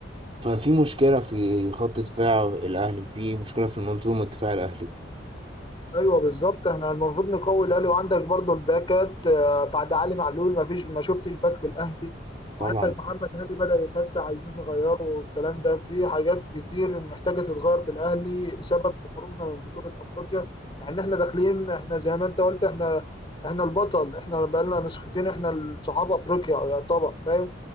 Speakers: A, on the right (about 30°); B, on the left (about 25°).
A: ففي مشكلة في خط دفاع الأهلي في مشكلة في المنظومة الدفاع الأهلي
B: ايوه بالظبط احنا المفروض نقوي الاهلي وعندك برضو الباكات آه، بعد علي معلول ما فيش ما شفتش باك في الاهلي وعندك
A: طبعا
B: محمد هاني بدأ يخس عايزين نغيره والكلام ده في حاجات كتير محتاجه تتغير في الاهلي سبب في خروجنا من بطوله افريقيا مع ان احنا داخلين احنا زي ما انت قلت احنا احنا البطل احنا بقالنا نسختين احنا صحاب افريقيا يعتبر فاهم